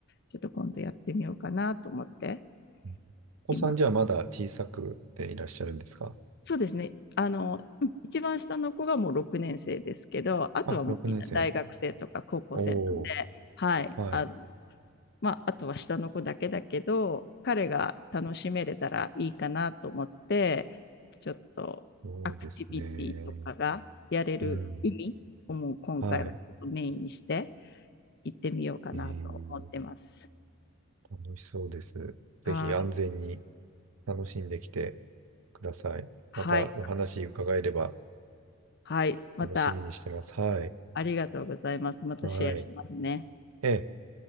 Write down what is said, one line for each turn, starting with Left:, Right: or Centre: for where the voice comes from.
Left: ちょっと今度やってみようかなと思って
Right: うんお子さんじゃあまだ小さくていらっしゃるんですか
Left: 今そうですね。あの、一番下の子がもう6年生ですけど、あとはもうみんな大学生とか高校生なんで、
Right: あ、6年生。おー、
Left: はい、
Right: はい。
Left: あの、まあ、あとは下の子だけだけど、彼が楽しめれたらいいかなと思って、ちょっとアクティビティとかがやれる海をもう今回はちょっとメインにして
Right: そうですね。うん。はい。
Left: 行ってみようかなと思ってます。
Right: えー、楽しそうです。ぜひ安全に
Left: はい。
Right: 楽しんできてください。
Left: はい。
Right: またお話伺えれば
Left: はい。また
Right: 楽しみにしてます。はい。
Left: ありがとうございます。またシェアしますね。
Right: はい。えー